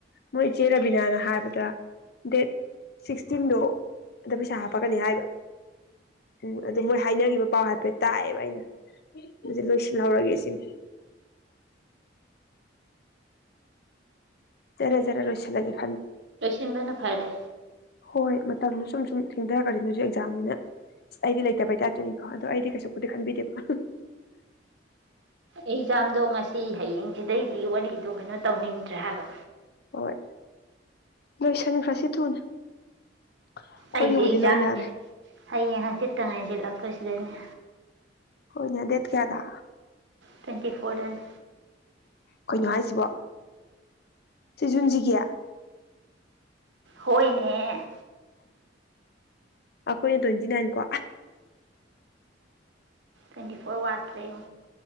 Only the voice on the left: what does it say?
ꯃꯣꯏ ꯏꯆꯦ ꯔꯕꯤꯅꯥꯅ ꯍꯥꯏꯕꯗ ꯗꯦꯠ ꯁꯤꯛꯁꯇꯤꯟꯗꯣ ꯑꯗ ꯄꯩꯁꯥ ꯍꯥꯞꯄꯛꯀꯅꯤ ꯍꯥꯏꯕ ꯎꯝ ꯑꯗꯨ ꯃꯣꯏ ꯍꯥꯏꯅꯈꯤꯕ ꯄꯥꯎ ꯍꯥꯏꯐꯦꯠ ꯇꯥꯛꯑꯦꯕ ꯑꯩꯅ ꯑꯗꯨ ꯂꯣꯏꯁꯤꯜꯍꯧꯔꯒꯦ ꯁꯤꯅꯤ ꯖꯔꯦꯖꯔꯦ ꯂꯣꯏꯁꯤ ꯂꯒꯦ
ꯍꯣꯏ ꯃꯇꯝꯗꯣ ꯁꯨꯝ ꯁꯨꯝ ꯊꯦꯡꯊꯔꯛꯈꯅꯤ ꯅꯁꯨ ꯑꯦꯛꯖꯥꯝꯅꯤꯅ ꯑꯩꯗꯤ ꯂꯩꯇꯕꯩꯇꯥꯔꯁꯨꯅꯤꯀꯣ ꯑꯗꯣ ꯑꯩꯗꯤ ꯀꯩꯁꯨꯕꯨꯗꯤ ꯈꯟꯕꯤꯗꯦꯕ
ꯍꯣꯏ ꯅꯣꯏꯁꯟꯈ꯭ꯔꯁꯤ ꯊꯨꯅ ꯑꯩꯈꯣꯏꯒꯤꯕꯨꯗꯤ
ꯂꯣꯏꯅꯔꯦ
ꯍꯣꯏꯅꯦ ꯗꯦꯠ ꯀꯌꯥꯗ
ꯀꯩꯅꯣ ꯍꯥꯏꯁꯤꯕꯣ ꯁꯤꯖꯨꯟꯁꯤꯒꯤ
ꯑꯩꯈꯣꯏꯅ ꯇ꯭ꯋꯦꯟꯇꯤ ꯅꯥꯏꯟ ꯀꯣ